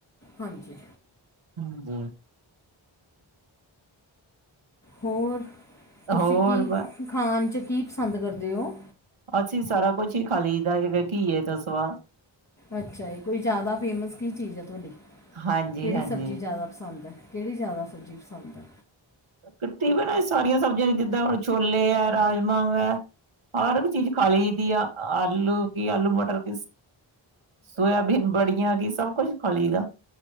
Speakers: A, on the left; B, on the right.
A: ਹਾਂਜੀ।
B: ਹਾਂਜੀ।
A: ਹੋਰ ਤੁਸੀਂ
B: ਹੋਰ
A: ਕੀ
B: ਬ
A: ਖਾਣ ਚ ਕੀ ਪਸੰਦ ਕਰਦੇ ਓ?
B: ਅਸੀਂ ਸਾਰਾ ਕੁਛ ਹੀ ਖਾਲੀ ਦਾ ਹੈਗਾ ਕੀਏ ਤੋ ਸਿਵਾ
A: ਅੱਛਾ ਜੀ, ਕੋਈ ਜ਼ਿਆਦਾ ਫੇਮਸ ਕੀ ਚੀਜ਼ ਏ ਤੁਹਾਡੀ,
B: ਹਾਂਜੀ
A: ਕਿਹੜੀ
B: ਹਾਂਜੀ
A: ਸਬਜ਼ੀ ਜ਼ਿਆਦਾ ਪਸੰਦ ਐ। ਕਿਹੜੀ ਜ਼ਿਆਦਾ ਸਬਜ਼ੀ ਪਸੰਦ ਆ।
B: ਕਟੀ ਵੀ ਨਾ ਸਾਰੀਆਂ ਸਬਜ਼ੀਆਂ ਜਿੱਦਾਂ ਹੁਣ ਛੋਲੇ ਐ, ਰਾਜਮਾਂ ਵੇ ਹਰ ਇੱਕ ਚੀਜ਼ ਖਾਲ ਲਈ ਦੀ ਆ ਆਲੂ ਕੀ, ਆਲੂ ਮਟਰ ਕੀ ਸੋਇਆਬੀਨ ਬੜੀਆਂ ਕੀ ਸਭ ਕੁਝ ਖਾਂ ਲਈ ਦਾ।